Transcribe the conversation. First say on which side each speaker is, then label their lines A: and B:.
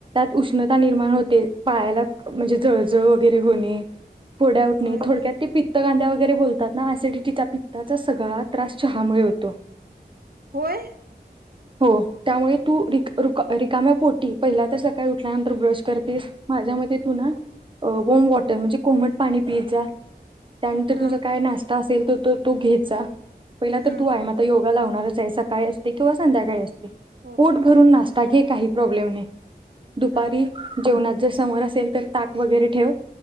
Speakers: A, on the right; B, on the right.
A: उष्णता निर्माण होते पायाला म्हणजे जळजळ वगैरे होणे फोड्या उठणे
B: होय
A: तोडक्यात
B: होय
A: ते पित्त गाद्यावर बोलतात ना सिडिटीच्या पित्ताचा सगळा त्रास चहामुळे होतो
B: होय
A: हो त्यामुळे तू रिकाम्या पोटी पहिल्य तर काय उठल्यानंतर ब्रश करतेस माझ्या मध्ये तू ना
B: हो
A: वर्मा वॉटर म्हणजे कोमट पाणी पिय जा त्यानंतर
B: हा
A: तुझा काय नाश्ता असेल तू घेत जा पहिला
B: हम्म
A: तर तू आहे व्हायम योग लावणारच आहे सकाळी असते किंवा संध्याकाळी अस
B: हो
A: पोट भरून नासत आता काही प्रॉब्लेम नाही दुपारी
B: हा
A: जेवणा जर समोर असेल तर ताक वगैरे ठेव